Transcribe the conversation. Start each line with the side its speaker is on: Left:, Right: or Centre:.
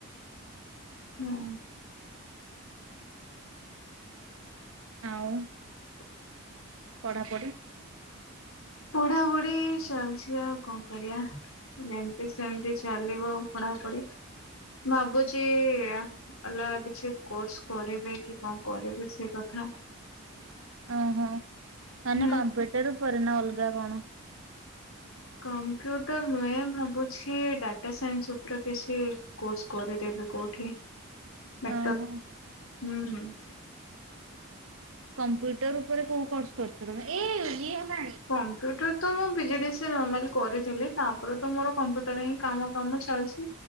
Left: ହୁଁ।
Right: ଆଉ।
Left: <inaudible>
Right: ପଢାପଢି?
Left: ପଢାପଢି ଚାଲିଚି ଆଉ କଣ କରିଆ। ଯେମତି ସେମତି ଚାଲିବ ପଢାପଢି ଭାବୁଚି ଏୟା। ଅଲଗା କିଛି କୋର୍ସ କରିବି କି କଣ କରିବି ସେ କଥା।
Right: ଓ ହୋ ମାନେ
Left: ହୁଁ
Right: କମ୍ପ୍ୟୁଟର ଉପରେ ନା ଅଲଗା କଣ?
Left: କମ୍ପ୍ୟୁଟର ନୁହେଁ ଭାବୁଛି ଡାଟା ସାଇନ୍ସ ଉପରେ କିଛି କୋର୍ସ କରିଦେବି କୋଉଠି ବେଟର
Right: ଓହୋ।
Left: ହୁଁ।
Right: କମ୍ପୁଟର ଉପରେ କୋଉ କରିଚ ତମେ ଏ ଇଏ ହେଲାଣି।
Left: କମ୍ପ୍ୟୁଟର ତ ମୁଁ P G D C A normally କରିଥିଲି ତାପରେ ତ ମୋର କମ୍ପ୍ୟୁଟର ହିଁ କାମ କାମ ଚାଲିଚି